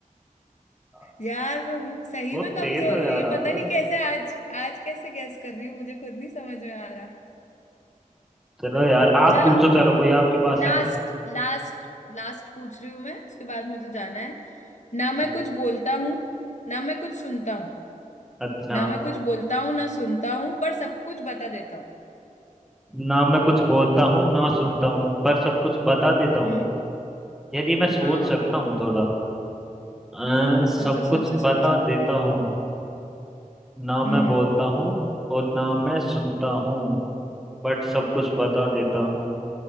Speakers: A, in the centre; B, on the left.
A: आप
B: यार मैं हूँ सही
A: बहुत
B: में कमजोर
A: तेज हो यार
B: हुई है पता
A: आप
B: नहीं कैसे आज आज कैसे गेस कर रही हूँ मुझे खुद नहीं समझ में आ रहा
A: चलो यार आप
B: चलो
A: पूछो चलो कोई आपके पास
B: लास्ट
A: है
B: लास्ट लास्ट पूछ रही हूँ मैं उसके बाद मुझे जाना है ना मैं
A: जी।
B: कुछ बोलता हूँ ना मैं कुछ सुनता हूँ
A: अच्छा
B: ना मैं कुछ बोलता हूँ ना सुनता हूँ पर सब कुछ बता देता हूँ
A: ना मैं कुछ बोलता हूँ ना सुनता हूँ पर सब कुछ बता देता हूँ
B: हम्म
A: यदि मैं सोच
B: हाँ
A: सकता हूँ थोड़ा अ, सब
B: सोचो
A: कुछ
B: सोचो
A: बता
B: सोचो
A: देता हूँ ना मैं
B: हम्म
A: बोलता हूँ और ना मैं सुनता हूँ बट सब कुछ बता देता हूँ